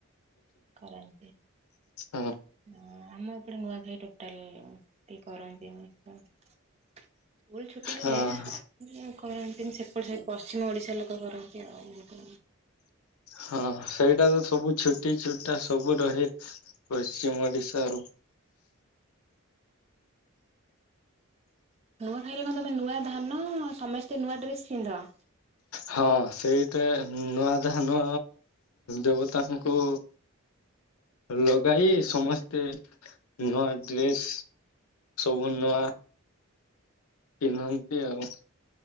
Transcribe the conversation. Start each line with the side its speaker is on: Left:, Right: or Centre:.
Right: କରନ୍ତି
Left: ହଁ
Right: ଅଁ ଆମ ଏପଟେ ନୂଆଖାଇ ଟ ଟାଲ କରନ୍ତିନି ସ୍କୁଲ ଛୁଟି ରୁହେ?
Left: ହଁ।
Right: କରନ୍ତିନି ସେପଟ ସାଇଟି ପଶ୍ଚିମ ଓଡିଶା ଲୋକ କରନ୍ତି ଆଉ।
Left: ହଁ ସେଇଟା ତ ସବୁ ଛୁଟି ଛୁଟା ସବୁ ରହେ। ପଶ୍ଚିମ ଓଡିଶା
Right: ନୂଆ ଖାଇରେ କଣ ତମେ ନୂଆ ଧାନ ସମସ୍ତେ ନୂଆ ଡ୍ରେସ୍ ପିନ୍ଧ?
Left: ହଁ ସେଇଟା ନୂଆ ଧାନ ଦେବତାଙ୍କୁ ଲଗାଇ ସମସ୍ତେ ନୂଆ ଡ୍ରେସ୍ ସବୁ ନୂଆଁ କିଣନ୍ତି ଆଉ